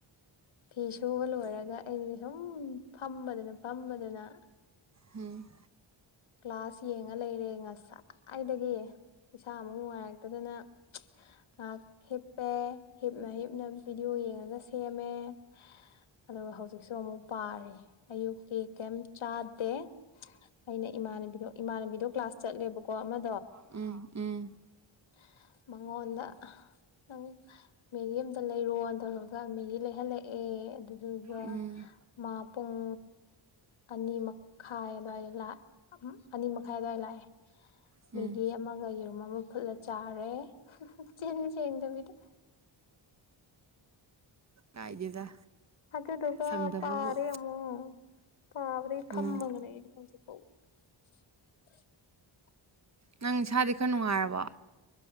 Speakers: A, on the left (about 75°); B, on the right (about 35°).
A: ꯐꯤ ꯁꯨꯕ ꯂꯣꯏꯔꯒ ꯑꯩꯗꯤ ꯁꯨꯝꯝꯝ ꯐꯝꯕꯗꯨꯅ- ꯐꯝꯕꯗꯨꯅ
B: ꯍꯨꯝ
A: ꯀ꯭ꯂꯥꯁ ꯌꯦꯡꯉ ꯂꯩꯔꯦ ꯉꯁꯥꯏꯏꯗꯒꯤ ꯏꯁꯥ ꯑꯃꯨꯛ ꯅꯨꯡꯉꯥꯏꯔꯛꯇꯗꯅ ꯉꯍꯥꯛ ꯍꯤꯞꯄꯦ ꯍꯤꯞꯅ ꯍꯤꯞꯅ ꯚꯤꯗꯤꯑꯣ ꯌꯦꯡꯉꯒ ꯁꯦꯝꯃꯦ ꯍꯍ ꯑꯗꯨꯒ ꯍꯧꯖꯤꯛꯁꯨ ꯑꯃꯨꯛ ꯄꯥꯔꯤ ꯑꯌꯨꯛꯀꯤ ꯀꯩꯝ ꯆꯥꯗꯦ ꯑꯩꯅ- ꯏꯃꯥꯟꯅꯕꯤꯗꯣ ꯏꯃꯥꯟꯅꯕꯤꯗꯣ ꯀ꯭ꯂꯥꯁ ꯆꯠꯂꯦꯕꯀꯣ ꯑꯃ-
B: ꯎꯝ ꯎꯝ
A: ꯍꯍ ꯃꯉꯣꯟꯗ ꯑꯍ ꯅꯪ ꯃꯦꯔꯤ ꯑꯝꯇ ꯂꯩꯔꯣꯅ ꯇꯧꯔꯒ ꯃꯦꯔꯤ ꯂꯩꯍꯜꯂꯛꯑꯦ ꯑꯗꯨ- ꯑꯗꯨꯗꯨꯒ
B: ꯎꯝ
A: ꯍꯍ ꯃꯥ ꯄꯨꯡ ꯑꯅꯤ ꯃꯈꯥꯏ ꯑꯗ꯭ꯋꯥꯏꯗ ꯂꯥꯛ- ꯑꯅꯤ ꯃꯈꯥꯏ ꯑꯗꯨꯋꯥꯏ ꯂꯥꯛꯑꯦ
B: ꯎꯝ
A: ꯃꯤꯒꯤ ꯑꯃꯒ ꯌꯦꯔꯨꯝ ꯑꯃ ꯐꯨꯠꯂ ꯆꯥꯔꯦ ꯆꯤꯟ ꯁꯦꯡꯗꯕꯤꯗ
B: ꯀꯥꯏꯗꯦꯗ
A: ꯑꯗꯨꯒꯒ
B: ꯁꯪꯗꯕꯕꯨ
A: ꯀꯥꯔꯦ ꯑꯃꯨ ꯄꯥꯕꯗꯩ ꯐꯝꯃꯒꯅꯦ
B: ꯎꯝ
A: ꯍꯧꯖꯤ <unintelligible> <inaudible>
B: ꯅꯪ ꯏꯁꯥꯗꯤ ꯈꯔ ꯅꯨꯡꯉꯥꯏꯔꯕꯣ